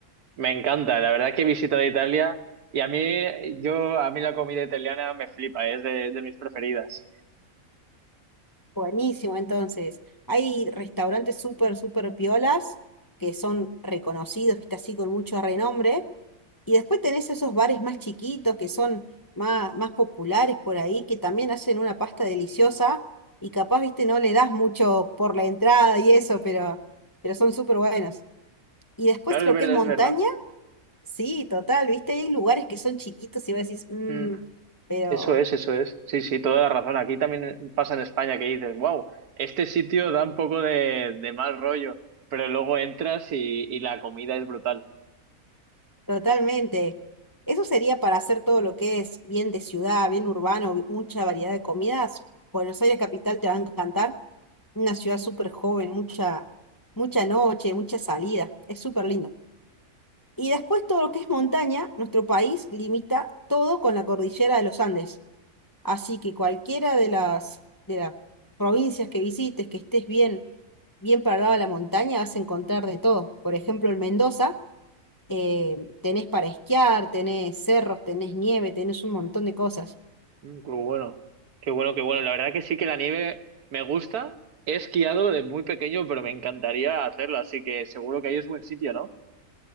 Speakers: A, on the right; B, on the left.
A: me encanta, la verdad que he visitado Italia y a mí, yo, a mí la comida italiana me flipa, es de, de mis preferidas.
B: Buenísimo, entonces. Hay restaurantes súper, súper piolas que son reconocidos, viste así, con mucho renombre Y después tenés esos bares más chiquitos que son más, más populares por ahí, que también hacen una pasta deliciosa y capaz, viste, no le das mucho por la entrada y eso, pero, pero son súper buenos. Y después
A: Claro,
B: lo
A: es verdad,
B: que es montaña,
A: es verdad.
B: sí, total, viste, hay lugares que son chiquitos y vos decís, "Mm",
A: Mm,
B: pero
A: eso es, eso es. Sí, sí, toda la razón. Aquí también pasa en España que dices, wow, este sitio da un poco de, de mal rollo, pero luego entras y, y la comida es brutal.
B: totalmente. Eso sería para hacer todo lo que es bien de ciudad, bien urbano, mucha variedad de comidas. Buenos Aires capital te va a encantar. Una ciudad súper joven, mucha, mucha noche, mucha salida. Es súper lindo. Y después todo lo que es montaña, nuestro país limita todo con la cordillera de los Andes. Así que cualquiera de las, de las provincias que visites, que estés bien, bien para el lado de la montaña, vas a encontrar de todo. Por ejemplo, en Mendoza, eh, tenés para esquiar, tenés cerros, tenés nieve, tenés un montón de cosas.
A: Mm, Qué bueno, qué bueno, qué bueno. La verdad que sí que la nieve me gusta. He esquiado de muy pequeño, pero me encantaría hacerlo, así que seguro que ahí es buen sitio, ¿no?